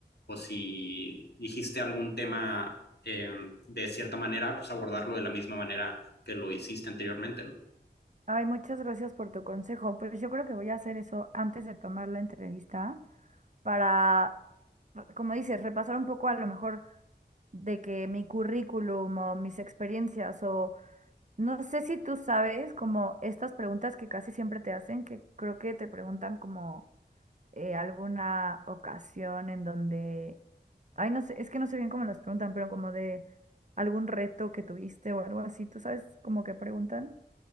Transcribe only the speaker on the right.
Ay, muchas gracias por tu consejo. Pues yo creo que voy a hacer eso antes de tomar la entrevista para, como dices, repasar un poco a lo mejor de que mi currículum o mis experiencias o no sé si tú sabes como estas preguntas que casi siempre te hacen, que creo que te preguntan como eh, alguna ocasión en donde, ay, no sé, es que no sé bien cómo las preguntan, pero como de algún reto que tuviste o algo así, ¿tú sabes como que preguntan?